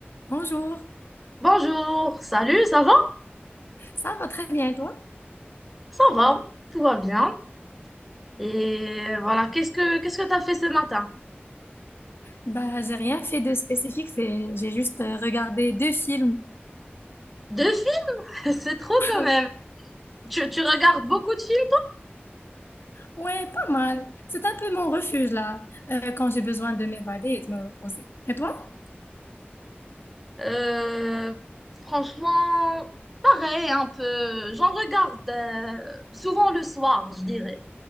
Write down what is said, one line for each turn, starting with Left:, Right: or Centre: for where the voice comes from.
Left: Bonjour,
Centre: Bonjour, salut, ça va?
Left: ça va très bien, et toi?
Centre: Ça va, tout va bien. Et voilà, qu'est-ce que qu'est-ce que t'as fait ce matin?
Left: Bah, j'ai rien fait de spécifique, c'est j'ai juste euh, regardé deux films.
Centre: Deux films? <laughs> C'est trop
Left: <laughs>
Centre: quand même. Tu, tu regardes beaucoup de films?
Left: Ouais, pas mal. C'est un peu mon refuge là, euh, quand j'ai besoin de m'évader et de me reposer. Et toi?
Centre: Euh, franchement, pareil, un peu. J'en regarde euh, souvent le soir, je dirais.